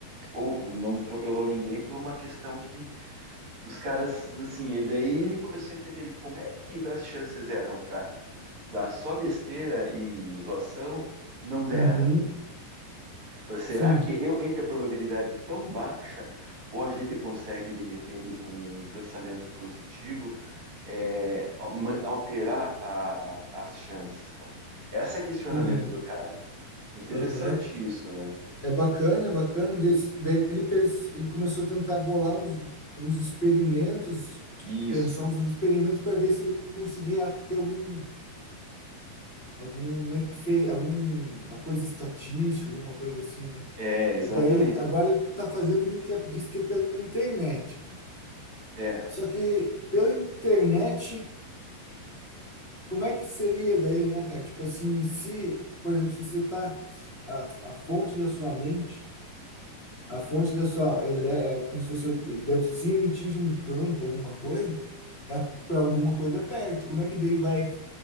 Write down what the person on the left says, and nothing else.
Uhum.
Sim.
Sim.
Aham.
É bacana, é bacana. Des- Daí ele, pens- ele começou a tentar bolar uns, uns experimentos, tipo,
pensar uns experimentos para ver se ele conseguia ter algum, algum efeito, alguma coisa estatística, alguma coisa assim, né?
Daí ele, agora ele está fazendo um que é- diz que é pela internet, cara.
Só que pela internet como é que seria daí, né, cara? Tipo assim, se, por exemplo, se você tá a, a fonte da sua mente, a fonte da sua, ele é como se fosse, deve se emitir um campo, alguma coisa, é para alguma coisa perto. Como é que daí vai